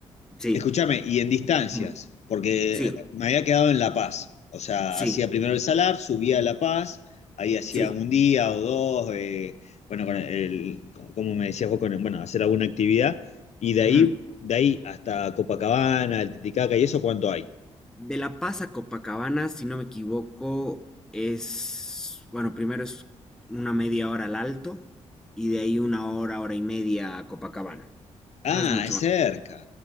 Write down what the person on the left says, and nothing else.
Escúchame, y en distancias,
porque
eh, me había quedado en La Paz. O sea,
hacía primero el Salar, subía a La Paz, ahí hacía
un día o dos, eh, bueno, con el, con- como me decías vos, con el- bueno, hacer alguna actividad, y de ahí,
de ahí hasta Copacabana, el Titicaca, ¿y eso cuánto hay?
Ah,
es cerca.